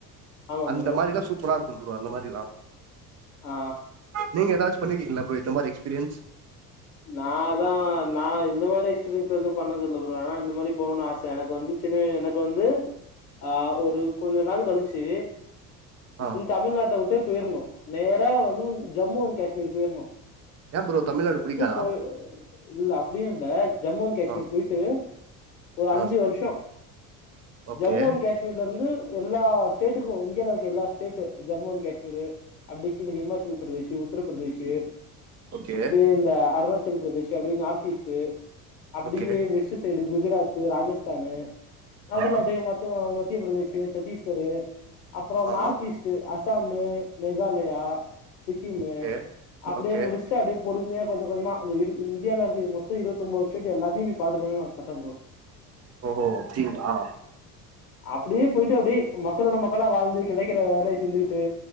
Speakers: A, on the left (about 75°); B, on the right (about 35°).
A: ஆமா
B: அந்த
A: ப்ரோ
B: மாரிலா சூப்பரா இருக்கு ப்ரோ அந்த மாரிலா
A: ஆ
B: நீங்க எதாச்சு பண்ணிருக்கீங்களா ப்ரோ இந்த மாரி எக்ஸ்பீரியன்ஸ்
A: நா அதா நா இந்த மாரி எக்ஸ்பீரியன்ஸ் எதுவு பண்ணதில்ல ப்ரோ ஆனா இந்த மாரி போனுன்னு ஆச எனக்கு வந்து சின்னு எனக்கு வந்து ஆஹ் ஒரு கொஞ்ச நாள் கழிச்சி
B: ஆ
A: இந் தமிழ்நாட்ட உட்டே போயிறணு நேரா வந்து ஜம்மு‌ அண்‌ கேஸ்மீர் போயிறணு
B: ஏன் ப்ரோ தமிழ்நாடு புடிக்காதா
A: போய் இல்ல அப்டின்னு இல்ல ஜம்மு அண்ட் காஷ்மீர்
B: ஆ
A: போய்ட்டு ஒரு அஞ்சு
B: ஆ
A: வருஷோ
B: ஓகே
A: ஜம்மு அண் காஷ்மீர்லருந்து எல்லா ஸ்டேட்டுக்கும் இந்தியால இருக்குர எல்லா ஸ்டேட்டு ஜம்மு அண்ட் காஷ்மீரு அப்டி கீழே ஹிமாச்சல் பிரதேஷு உத்தரப்பிரதேஷா
B: ஓகே
A: அப்டியே இந்த அ ருணாச்சல் பிரதேஷ் அப்டியே நார்த் ஈஸ்ட் அப்டியே
B: ஓகே
A: வெஸ்ட் சைடு குஜராத் இது ராஜஸ்தானு நடுல
B: ஆ
A: அப்டியே மத்த மத்திய பிரதேஷ், சத்தீஸ்கரு அப்பறோ
B: ஆ
A: north east to Assam, Meghalaya Sikkim,
B: okay
A: அப்டியே
B: ஓகே
A: முடிச் சு அப்டியே பொறுமையா கொஞ்ச கொஞ்சமா அந்த இரு‌ இந்தியால இருக்க மொத்த இருபத்தொன்போது ஸ்டேட் எல்லத்தையு போய் பாத்துட்டு வரனு ஆச ப்ரோ
B: ஓஹோ அப்டீங்ளா
A: அப்டியே போயிட்டு அப்டியே மக்களோட மக்களா வாழ்ந்து கெடக்கிற வேலய செஞ்சுக்கிட்டு